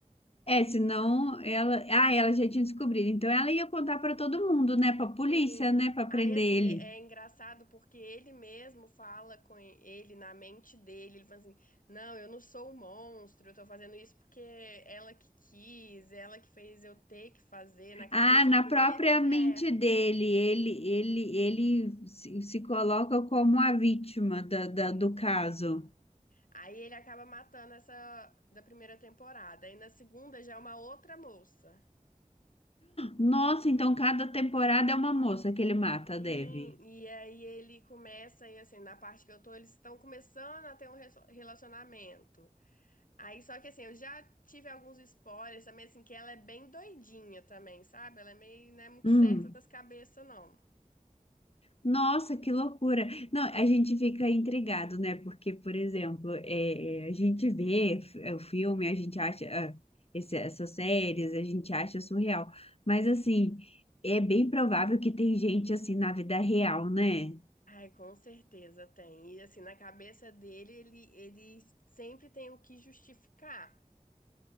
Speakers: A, on the left; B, on the left.
A: É, senão ela, ah, ela já tinha descobrido. Então ela ia contar para todo mundo, né? Para polícia,
B: Sim.
A: né? Para
B: Aí,
A: prender
B: assim,
A: ele.
B: é é engraçado porque ele mesmo fala com ele na mente dele. Ele fala assim: Não, eu não sou um monstro, eu tô fazendo isso porque é ela que quis, é ela que fez eu ter que fazer. Na cabeça
A: Ah, na
B: dele
A: própria
B: é certo.
A: mente dele, ele, ele, ele se, se coloca como a vítima da, da-
B: Sim.
A: do caso.
B: Aí ele acaba matando essa da primeira temporada. Aí na segunda já é uma outra moça.
A: Nossa, então cada temporada é uma moça que ele mata,
B: Sim,
A: deve.
B: e aí ele começa, e assim, na parte que eu tô, eles estão começando a ter um reso- relacionamento. Aí, só que assim, eu já tive alguns spoilers também, assim, que ela é bem doidinha também, sabe? Ela é meio, não é muito
A: Hum.
B: certa das cabeças, não.
A: Nossa, que loucura. Não, a gente fica intrigado, né? Porque, por exemplo, é, é, a gente vê f- é, o filme, a gente acha ah, esse- essas séries, a gente acha surreal. Mas, assim, é bem provável que tem gente assim na vida real, né?
B: Ai, com certeza tem. E assim, na cabeça dele, ele, ele sempre tem o que justificar.